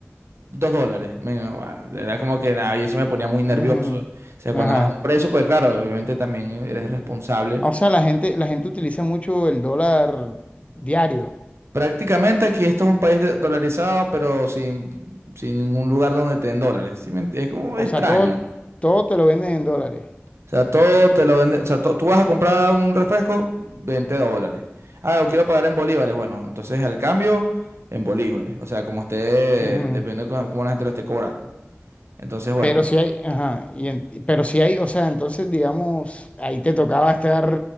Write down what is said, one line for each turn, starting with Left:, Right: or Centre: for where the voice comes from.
Right: Dos dólares. Me- guau, Era como que nada, y eso me ponía muy nervioso.
Left: ujú,
Right: O sea, cuando
Left: Ajá.
Right: das un precio, pues claro, obviamente también eres responsable.
Left: O sea, la gente, la gente utiliza mucho el dólar diario.
Right: Prácticamente aquí esto es un país de- dolarizado, pero sin, sin ningún lugar donde te den dólares. ¿Sí me ent- Es como
Left: O
Right: extraño.
Left: sea, todo, todo te lo venden en dólares.
Right: O sea, todo te lo venden. O sea, to- tú vas a comprar un refresco, 20 dólares. Ah, lo quiero pagar en bolívares. Bueno, entonces el cambio en bolívares. O sea, como esté,
Left: Ujú.
Right: dependiendo de cómo, cómo la gente lo esté cobrando. Entonces, bueno,
Left: Pero si hay, ajá, y en- pero si hay, o sea, entonces, digamos, ahí te tocaba estar